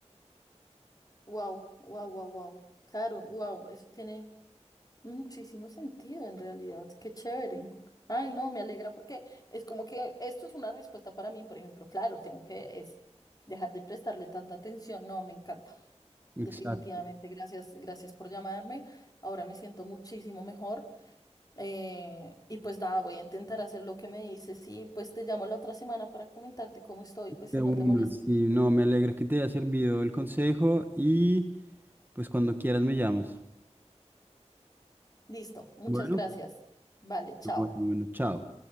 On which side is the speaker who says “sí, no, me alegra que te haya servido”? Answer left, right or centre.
Right